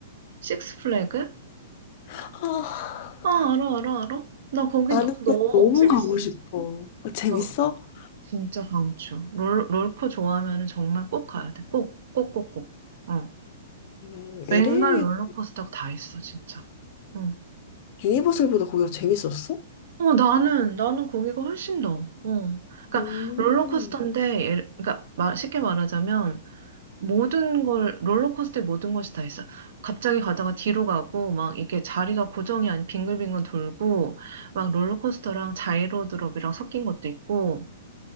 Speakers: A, on the right; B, on the left.
A: 식스 플래그?
B: 아,
A: 아, 알아, 알아, 알아. 나 거기
B: 아는데
A: 너, 너무
B: 너무
A: 재밌었어.
B: 가고 싶어. 아, 재밌어?
A: 나 진짜 강추. 롤, 롤코 좋아하면 은 정말 꼭 가야 돼. 꼭, 꼭, 꼭, 꼭. 어.
B: 음, LA
A: 웬걸 롤러코스터가 다 있어, 진짜. 어.
B: 유니버설보다 거기가 재밌었어?
A: 어, 나는, 나는 거기가 훨씬 더, 어. 그러니까,
B: 음,
A: 롤러코스터인데, 예를- 그러니까, 말- 쉽게 말하자면, 모든 걸, 롤러코스터에 모든 것이 다 있어. 갑자기 가다가 뒤로 가고, 막, 이게 자리가 고정이 아닌 빙글빙글 돌고, 막, 롤러코스터랑 자이로드롭이랑 섞인 것도 있고,